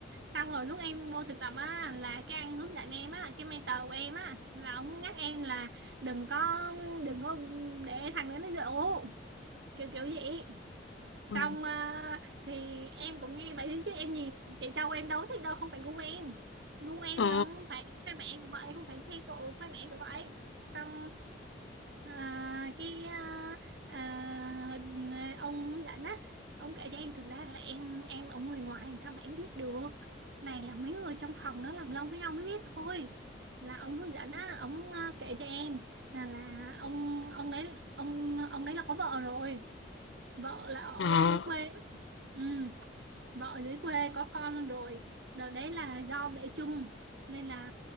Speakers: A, on the right; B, on the left.
A: xong rồi lúc em vô thực tập á là cái anh hướng dẫn em á cái mentor của em á là ông nhắc em là đừng có đừng có để thằng đấy nó dụ kiểu kiểu vậy xong
B: Ừ.
A: à, thì em cũng nghe vậy thôi chứ em gì chị dâu em đâu có thích đâu không phải gu em gu em
B: Ồ
A: là không phải khoe mẽ cũng vậy không phải xe cộ khoe mẽ cũng vậy xong à, cái à, à, ông hướng dẫn á ông kể cho em thực ra là em em ở người ngoài làm sao mà em biết được này là mấy người trong phòng nó làm lâu với nhau mới biết thôi là ông hướng dẫn á ông à, kể cho em là là ông ông đấy ông ông đấy là có vợ rồi vợ là ở
B: Ờ,
A: dưới quê Ừ, vợ ở dưới quê có con luôn rồi. Đợt đấy là do bệ chung nên là